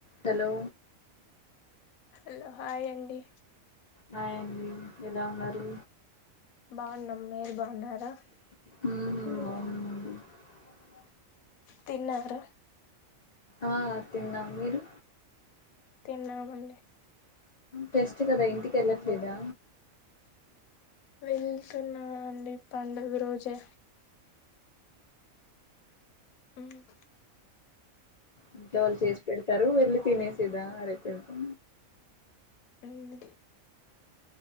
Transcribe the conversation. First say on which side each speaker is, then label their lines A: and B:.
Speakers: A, on the left (about 60°); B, on the left (about 90°).
A: Hello
B: hello hi అండి
A: hi అండి ఎలా ఉన్నారు
B: బావున్నాం మీరు బావున్నారా
A: మ్మ్ <inaudible>
B: తిన్నారా
A: ఆ తిన్నాం మీరు
B: తిన్నామండి
A: టెస్ట్ కదా ఇంటికెళ్ళట్లేదా
B: వెళ్తున్నా అండి పండగ రోజే ఉమ్
A: ఇంట్లో వాళ్ళు చేసి పెడతారు వెళ్ళి తినేసేదా రేపెళ్తే
B: ఉమ్